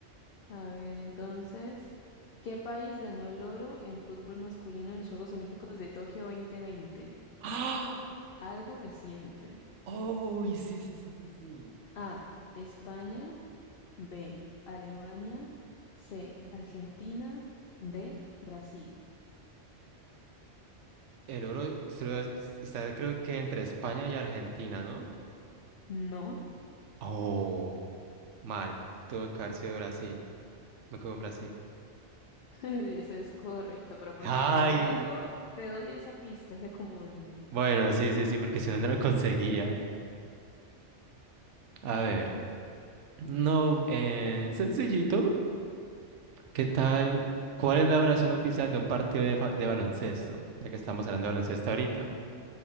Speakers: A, on the left; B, on the right.
A: A ver, entonces, ¿qué país ganó el oro en fútbol masculino en los Juegos Olímpicos de Tokio 2020?
B: <gasps> ¡Ah!
A: Algo reciente.
B: ¡Oh! y Sí, sí, sí, sí, sí.
A: A, España. B, Alemania. C, Argentina. D, Brasil.
B: El oro se lo- está creo que entre España y Argentina, ¿no?
A: No,
B: Oh, mal. Tuvo que haber sido Brasil. Me quedo en Brasil.
A: <laughs> eso es correcto, pero porque
B: ¡Ay!
A: te valgo, te doy esa pista, ese comodín.
B: Bueno, sí, sí, sí, porque si no, no lo <laughs> conseguía. A ver, no, eh, sencillito, ¿qué tal? ¿Cuál es la oración oficial de un partido de, fa- de baloncesto? Ya que estamos hablando de baloncesto ahorita.